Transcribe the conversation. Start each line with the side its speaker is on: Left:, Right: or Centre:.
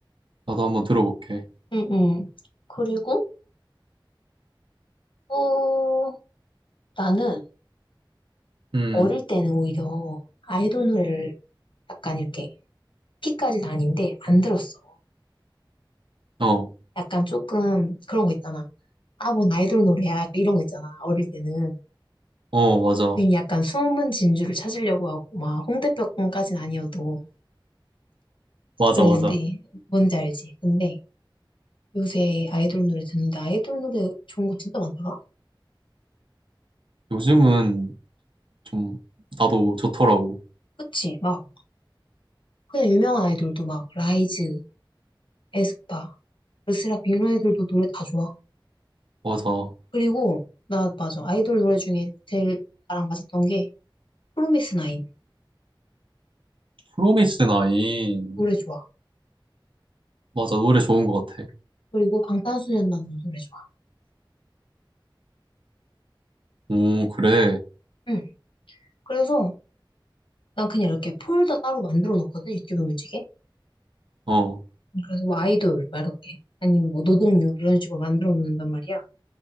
Right: 나도 한번 들어볼게.
Left: 응응. 그리고 또 나는
Right: 음,
Left: 어릴 때는 오히려 아이돌 노래를 약간 이렇게 피까지는 아닌데 안 들었어.
Right: 어,
Left: 약간 조금 그런 거 있잖아. 아, 뭔 아이돌 노래야. 이런 거 있잖아. 어릴 때는.
Right: 어, 맞아.
Left: 괜히 약간 숨은 진주를 찾으려고 하고, 막, 홍대병까진 아니어도
Right: 맞아,
Left: 그랬는데,
Right: 맞아.
Left: 뭔지 알지? 근데 요새 아이돌 노래 듣는데, 아이돌 노래 좋은 거 진짜 많더라?
Right: 요즘은 좀, 나도 좋더라고.
Left: 그치? 막, 그냥 유명한 아이돌도 막, 라이즈, 에스파, 르세라, 이런 애들도 노래 다 좋아.
Right: 맞아.
Left: 그리고, 나, 맞아. 아이돌 노래 중에 제일 나랑 맞았던 게, 프로미스 나인.
Right: 프로미스 나인.
Left: 노래 좋아.
Right: 맞아, 노래 좋은 것 같아.
Left: 그리고 방탄소년단 노래 좋아.
Right: 오, 그래.
Left: 응. 그래서, 난 그냥 이렇게 폴더 따로 만들어 놓거든, 유튜브 뮤직에.
Right: 어,
Left: 그래서 뭐 아이돌 막 이렇게 아니면 뭐 노동요 이런 식으로 만들어 놓는단 말이야.